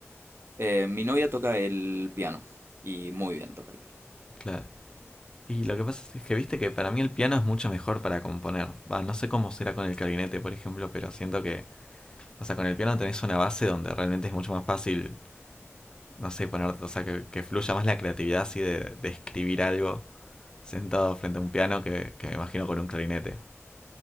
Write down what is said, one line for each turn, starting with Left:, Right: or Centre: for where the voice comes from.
Right: Eh, mi novia toca el piano y muy bien toca el piano.
Left: Claro. Y
Right: sí.
Left: lo que pasa es que viste que para mí el piano es mucho mejor para componer. Va, no sé cómo será con el clarinete, por ejemplo, pero siento que, o sea, con el piano tenés una base donde realmente es mucho más fácil, no sé, poner, o sea, que, que fluya más la creatividad así de, de escribir algo sentado frente a un piano que, que me imagino con un clarinete.